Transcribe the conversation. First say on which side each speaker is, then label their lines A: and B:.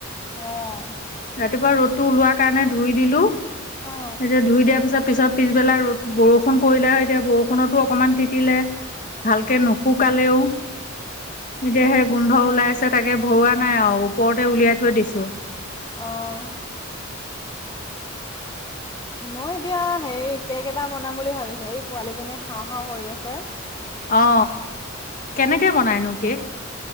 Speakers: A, on the left; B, on the left.
A: অ'।
B: ৰাতিপুৱা ৰ'দটো ওলোৱা কাৰণে ধুই দিলো। এতিয়া
A: অ'।
B: ধুই দিয়াৰ পিছত পিছত পিছবেলা ৰ'দ বৰষুণ পৰিলে হয় এতিয়া বৰষুণতো অকণমান তিতিলে ভালকে নুশুকালেও এতিয়া হে গোন্ধ ওলাই আছে তাকে ভৰোৱা নাই আৰু ওপৰতে উলিয়াই থৈ দিছো।
A: অ', মই এতিয়া হেৰি কেক এটা বনাম বুলি ভাবিছো এই পোৱালিজনিয়ে খাওঁ-খাওঁ কৰি আছে।
B: অ, কেনেকে বনাইনো কেক?